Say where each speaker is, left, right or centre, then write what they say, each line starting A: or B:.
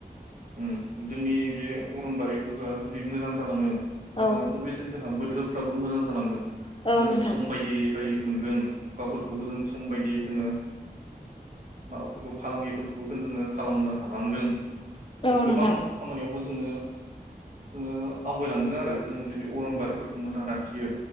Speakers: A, on the right; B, on the left.
A: ओम जोंनि बे अरनबारिखौजा जुदि मोजां जालाङो ओ
B: औ
A: अबेसे जोंहा सोरफ्राबो मोजां जालाङो
B: औ
A: जोङो
B: नोंथां
A: सम बायदि मोनगोन अखाफोरखौबो जों सम बायदियै जोङो माबाफोरखौ फालांगिफोरखौबो जोङो खालामनो हालांगोन
B: औ
A: गोबां
B: नोंथां
A: खामानियावबो जोङो जोङो आवगायलांदों आरो जोङो जुदि अरनबारिफोरखौ मोजां लाखियो